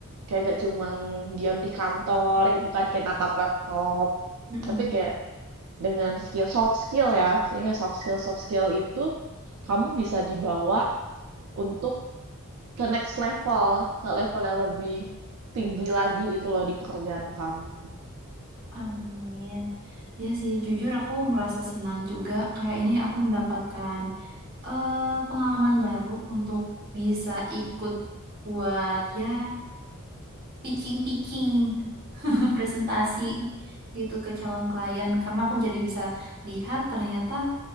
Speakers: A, on the right; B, on the right.
A: Kayak gak cuman diam di kantor gitu kan, kayak natap laptop.
B: mm-mm.
A: Tapi kayak dengan skill soft skill ya, maksudnya soft skill soft skill itu kamu bisa dibawa untuk ke next level, ke level yang lebih tinggi lagi gitu loh di pekerjaan kamu.
B: Amin. Ya sih, jujur aku merasa senang juga. Kayak ini aku mendapatkan eh, pengalaman baru untuk bisa ikut buat ya pitching-pitching <laughs> presentasi gitu ke calon klien. Karena aku jadi bisa lihat ternyata